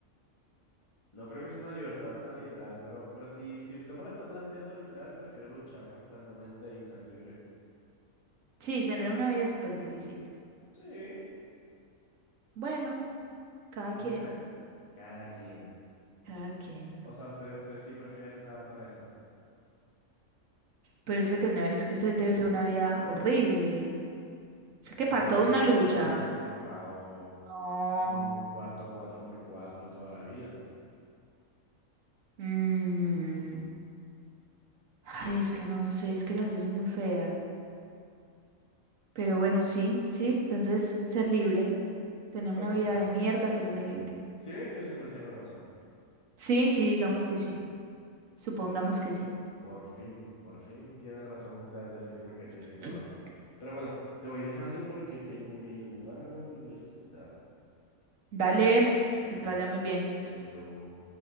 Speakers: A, on the left; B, on the right.
A: No creo que sea una libertad tan literal, pero, pero si, si usted me la está planteando literal, prefiero luchar constantemente y ser libre.
B: Sí, tener una vida súper difícil.
A: Sí.
B: Bueno, cada
A: ¿Y
B: quien.
A: usted? Cada quien.
B: Cada quien.
A: O sea, usted, usted sí prefiere estar presa.
B: Pero es que tener, es que eso debe ser una vida horrible. O sea, que
A: Pero
B: para
A: que
B: toda
A: pereza
B: una lucha.
A: estar encerrado
B: No.
A: en un cuarto cuatro por cuatro toda la vida.
B: Mm. Ay, es que no sé, es que las dos son muy feas. Pero bueno, sí, sí, entonces ser libre. Tener una
A: Ok.
B: vida de mierda, pero ser libre.
A: Si ve, yo siempre tengo razón.
B: Sí, sí, digamos que sí. Supongamos que sí.
A: Por fin, por fin tiene razón usted al decirme que sí
B: <laughs>
A: tengo razón. Pero bueno, te voy dejando porque tengo que irme para la universidad.
B: Dale,
A: Entonces,
B: que te vaya muy bien.
A: chaito.